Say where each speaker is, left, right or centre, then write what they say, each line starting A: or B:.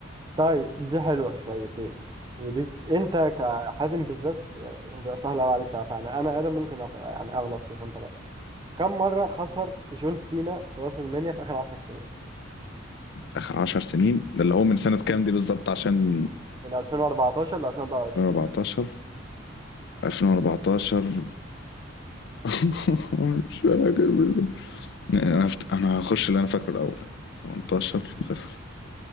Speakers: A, on the right; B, on the left.
A: طيب دي حلوة شويتين ودي انت كحازم بالذات آه، سهل قوي عليك تعرفها يعني انا ادم ممكن أخ... يعني اغلط فيها انت لا كم مرة خسر جون سينا في راس المنيا في اخر 10 سنين
B: اخر 10 سنين ده اللي هو من سنة كام دي بالظبط عشان
A: من 2014 ل 2024
B: 2014 2014 <laughs> مش فاكر انا فت... انا هخش اللي انا فاكره الاول 18 خسر